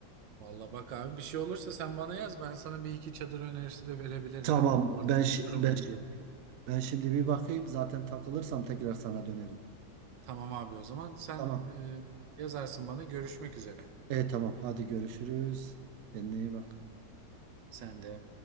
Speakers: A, on the right (about 80°); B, on the right (about 70°).
A: Vallahi bak abi bir şey olursa sen bana yaz ben sana bir iki çadır önerisi de verebilirim
B: Tamam
A: hani o
B: ben şi-
A: durumu
B: ben şimdi
A: göre.
B: ben şimdi bir bakayım. Zaten takılırsam tekrar sana dönerim.
A: Tamam abi o zaman sen
B: Tamam.
A: e, yazarsın bana görüşmek üzere.
B: E tamam hadi görüşürüz. Kendine iyi bak.
A: Sen de.